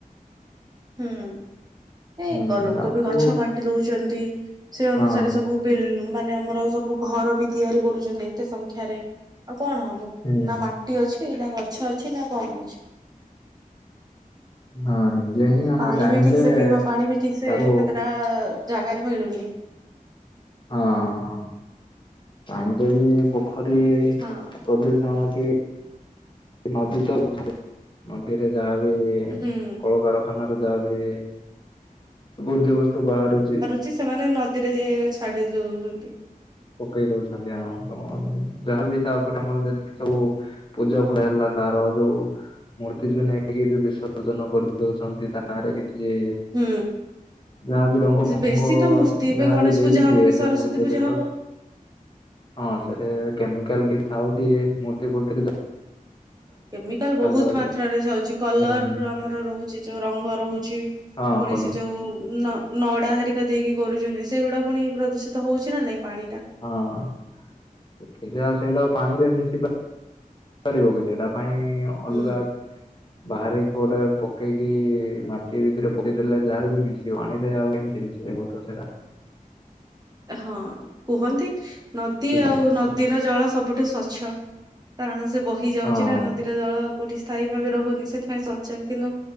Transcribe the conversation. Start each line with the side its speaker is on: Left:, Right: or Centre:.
Right: ହୁଁ ଏ
Left: ହୁଁ
Right: କ ଲୋକ
Left: ତାକୁ
Right: ବି ଗଛ କାଟି ଦଉଚନ୍ତି। ସେ ଅନୁସାରେ
Left: ହଁ
Right: ସବୁ ବିଲ୍ ଉଁ ମାନେ ଆମର ସବୁ ଘର ବି ତିଆରି କରୁଚନ୍ତି ଏତେ ସଂଖ୍ୟାରେ ଆଉ କଣ ହବ
Left: ହୁଁ
Right: ନା ମା ଟି ଅଛି ନା ଗଛ ଅଛି ନା କଣ ଅଛି।
Left: ହଁ ନିଜେ ହିଁ ଆମେ
Right: ପାଣି
Left: ଚାହିଁଲେ
Right: ବି ଠିକ ସେ ପିଇବ ପାଣି ବି ଠିକ ସେ
Left: ତାକୁ
Right: କେତେଟା ଜାଗାରେ ମିଳୁନି।
Left: ହଁ ହଁ ପାଣି ରେ ବି ପୋଖରୀ
Right: ହଁ।
Left: ପ୍ରଦୂଷଣ କି ନଦୀ ତ ହୁଏ ନଦୀରେ ଯାହା ବି
Right: ହୁଁ
Left: କଳକାର ଖାନ ର ଯାହା ବି ବର୍ଜ୍ୟବସ୍ତୁ ବାହାରୁଚି
Right: ଛି ସେମାନେ ନଦୀରେ ହେ ଛାଡି ଯଉଚନ୍ତି।
Left: ପକେଇ ଦଉଛନ୍ତି ହଁ ଯାହାବି ତାପରେ ଆମର ଯେତିକି ସବୁ ପୂଜା ଫ ହେଲା ତାର ଯୋଉ ମୂର୍ତ୍ତି ଯୋଉ ନେଇକି ଯୋଉ ବିସର୍ଜନ କରିଦଉଚନ୍ତି ତାରେ କିଛି
Right: ହୁଁ।
Left: ଯାହାବି ରଙ୍ଗ ଫଙ୍ଗ
Right: ବେଶୀ ତ ମୂର୍ତ୍ତି ଏବେ
Left: ଯାହାବି
Right: ଗଣେଶ
Left: ଦେଇଥିବେ
Right: ପୂଜା ହବ କି
Left: ସେ
Right: ସରସ୍ଵତୀ
Left: ମୂର୍ତ୍ତିରେ
Right: ପୂଜା
Left: ତ
Right: ହବ।
Left: ହଁ ସେଠେ କେମିକାଲ କି ଥାଉଛି ମୂର୍ତ୍ତି ଫୁର୍ତ୍ତି ରେ ଯ
Right: କେମିକାଲ ବହୁତ
Left: ଦରି
Right: ମାତ୍ରାରେ ହଉଛି କଲର
Left: ହୁଁ
Right: ଆମର ରହୁ ସି ଯୋଉ ରଙ୍ଗ ରହୁଛି ପୁଣି
Left: ହଁ କଲ
Right: ସେ ଯୋଉ ନ ନଡ଼ା ହେରିକା ଦେଇକି କରୁଛନ୍ତି ସେଗୁଡ଼ା ପୁଣି ପ୍ରଦୂଷିତ ହଉଛି ନା ନାଇଁ ପାଣିଟା।
Left: ହଁ କିରା ସେଟା ପାଣିରେ ମିଶି ପା ପାରିବ କି ସେଟା ପାଇଁ
Right: ହୁଁ
Left: ଅଲଗା ବାହାରେ କୋଉଟେ ପକେଇକି ମା ଟି ଭିତରେ ପୋତି ଦେଲେ ଯାହା ମିଶିବ ପାଣିରେ ଆଉ କେମିତି ମିଶିବ କ ସେଟା।
Right: ହଁ କୁହନ୍ତି ନଦୀ
Left: ପ୍ରଦୂଷିତ
Right: ଆଉ ନଦୀର ଜଳ ସବୁଠୁ ସ୍ଵଚ୍ଛ କାରଣ ସେ ବହି ଯାଉଚି
Left: ହଁ
Right: ନା ନଦୀର ଜଳ କୋଉଠି ସ୍ଥାୟୀ ଭାବେ ରହୁନି ସେଥିପାଇଁ ସଚ୍ଛ କିନ୍ତୁ ବୋ